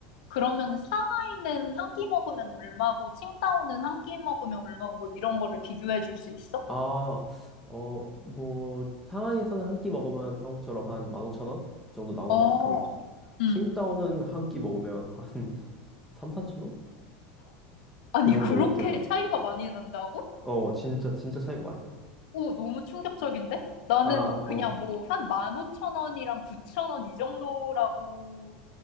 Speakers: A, on the left; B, in the centre.
A: 그러면 상하이는 한 끼 먹으면 얼마고 칭다오는 한 끼 먹으면 얼마고 뭐 이런 거를 비교해 줄 수 있어?
B: 아, 어, 뭐 상하이에서는 한 끼 먹으면 한국처럼 한 15,000원 정도 나오는
A: 어.
B: 것 같고
A: 음.
B: 칭다오는 한 끼 먹으면 한 <laughs> 3, 4,000원?
A: 아니
B: 그 정도
A: 그렇게
B: 되는 것
A: 차이가
B: 같아.
A: 많이 난다고?
B: 어, 진짜 진짜 차이가 많이 나.
A: 오 너무 충격적인데? 나는
B: 아, 어.
A: 그냥 뭐 한 15,000원이랑 9,000원 이 정도라고